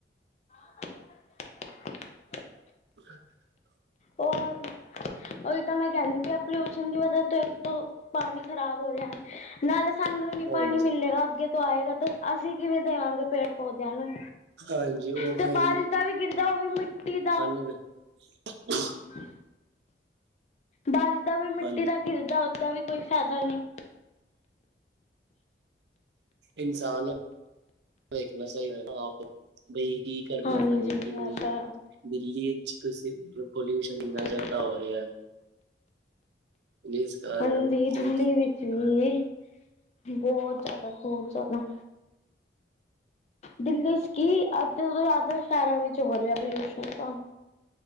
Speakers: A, on the left; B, on the right.
A: <unintelligible>
B: <unintelligible>
A: ਉਹ ਹੀ ਤਾਂ ਮੈਂ ਕਹਿਣੀ ਪਈ ਪੋਲਊਸ਼ਨ ਦੀ ਵਜਾ ਤੋਂ ਇੱਕ ਪਾਣੀ ਖ਼ਰਾਬ ਹੋ ਰਿਹਾ ਨਾਲ ਸਾਨੂੰ ਹੀ ਨੀ
B: ਹਾਂਜੀ
A: ਪਾਣੀ ਮਿਲੇਗਾ ਅੱਗੇ ਤੋਂ ਆਏਗਾ ਤਾਂ। ਅਸੀਂ ਕਿਵੇਂ ਦੇਵਾਂਗੇ ਪੇੜ ਪੌਦਿਆਂ ਨੂੰ
B: ਹਾਂਜੀ ਉਹ
A: ਤੇ
B: ਫਿਰ
A: ਬਾਰਿਸ਼ ਦਾ ਵੀ ਗਿਰਦਾ ਉਹਵੇ ਮਿੱਟੀ ਦਾ।
B: <unintelligible> ਹੂੰ,
A: ਹਾਂ, ਬਾਰਿਸ਼ ਦਾ ਵੀ ਮਿੱਟੀ
B: ਹਾਂਜੀ
A: ਦਾ ਗਿਰਦਾ ਉਦਾਂ ਵੀ ਕੋਈ ਫਾਇਦਾ ਨਹੀਂ।
B: ਇਨਸਾਨ ਦੇਖਣਾ ਚਾਹੀਦਾ ਨਾ ਆਪ ਬਈ ਕੀ ਕਰਨਾ
A: ਹਾਂਜੀ
B: ਸਹੀ ਕੀ ਨਹੀਂ।
A: ਆ ਤਾਂ
B: ਦਿੱਲੀ ਵਿੱਚ ਤੁਸੀਂ ਪੋਲਿਊਸ਼ਨ ਇੰਨਾ
A: ਹਾਂਜੀ
B: ਜ਼ਿਆਦਾ ਹੋ ਰਿਹਾ। <inaudible>
A: ਹਾਂਜੀ, ਦਿੱਲੀ
B: ਤੇ
A: ਵਿੱਚ ਵੀ ਬਹੁਤ ਜ਼ਿਆਦਾ ਬਹੁਤ ਜ਼ਿਆਦਾ। ਦਿੱਲੀ ਚ ਕੀ ਅੱਧੇ ਤੋਂ ਜ਼ਿਆਦਾ ਸ਼ਹਿਰਾਂ ਵਿੱਚ ਹੋ ਰਿਹਾ ਪੋਲਿਊਸ਼ਨ ਤਾਂ।